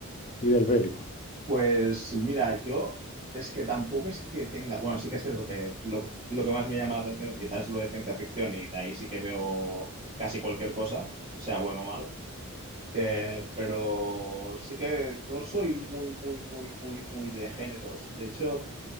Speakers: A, on the left (about 30°); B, on the right (about 30°).
A: Y del bélico.
B: Pues mira, yo es que tampoco es que tenga, bueno, sí que es cierto que lo, lo que más me llama la atención quizás es lo de ciencia ficción y de ahí sí que veo casi cualquier cosa, sea bueno o malo. Eh, pero sí que no soy muy, muy, muy, muy, muy de géneros. De hecho,